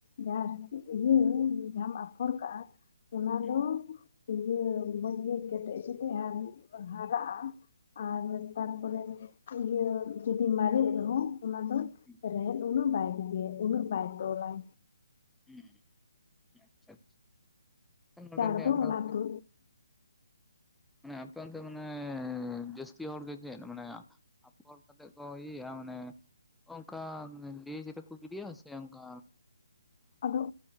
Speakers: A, on the left (about 45°); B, in the centre.
A: ᱡᱟᱦᱟᱸ ᱤᱭᱟᱹ ᱡᱟᱦᱟᱢ ᱟᱯᱷᱚᱨ ᱠᱟᱜᱼᱟ ᱚᱱᱟ
B: ᱦᱩᱸ
A: <unintelligible> ᱤᱭᱟᱹ ᱢᱚᱡᱽ ᱜᱮ ᱠᱮᱴᱮᱡ ᱥᱮᱴᱮᱡ ᱟᱨ <unintelligible> ᱦᱟᱨᱟᱜᱼᱟ ᱟᱨ ᱛᱟᱨ ᱯᱚᱨᱮ ᱤᱭᱟᱹ ᱡᱩᱫᱤ ᱢᱟᱨᱮᱜ ᱨᱮᱦᱚᱸ ᱚᱱᱟ ᱫᱚ
B: ᱦᱩᱸ
A: ᱨᱮᱦᱮᱫ ᱩᱱᱟᱹᱜ ᱵᱟᱭ <unintelligible> ᱩᱱᱟᱹᱜ ᱵᱟᱭ ᱛᱚᱞᱟᱭ
B: ᱦᱩᱸ ᱟᱪᱪᱷᱟ ᱟᱪᱪᱷᱟ ᱛᱟᱦᱚᱞᱮ
A: ᱪᱟᱲ ᱫᱚ ᱚᱱᱟ ᱟᱹᱛᱩ
B: <unintelligible> ᱢᱟᱱᱮ ᱟᱯᱮ ᱚᱱᱛᱮ ᱢᱟᱱᱮ ᱡᱟᱹᱥᱛᱤ ᱦᱚᱲ ᱜᱮ ᱪᱮᱫ ᱢᱟᱱᱮ ᱟᱯᱷᱚᱨ ᱠᱟᱛᱮᱜ ᱠᱚ ᱤᱭᱟᱹᱭᱟ ᱢᱟᱱᱮ ᱚᱝᱠᱟ ᱢᱟᱱᱮ ᱞᱮᱡᱽ ᱨᱮᱠᱚ ᱜᱤᱰᱤᱭᱟ ᱥᱮ ᱚᱝᱠᱟ
A: ᱟᱫᱚ